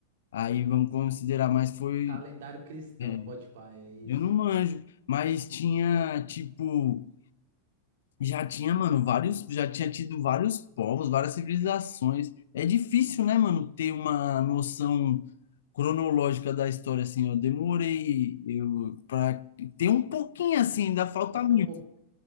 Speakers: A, on the left; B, on the right.
A: Aí vamos considerar, mas foi.
B: Calendário cristão,
A: é,
B: pode pá, é isso.
A: eu não manjo, mas tinha, tipo. Já tinha, mano, vários, já tinha tido vários povos, várias civilizações. É difícil, né, mano, ter uma noção cronológica da história assim. Eu demorei eu para ter um pouquinho assim, ainda falta
B: Até
A: muito
B: um pouco.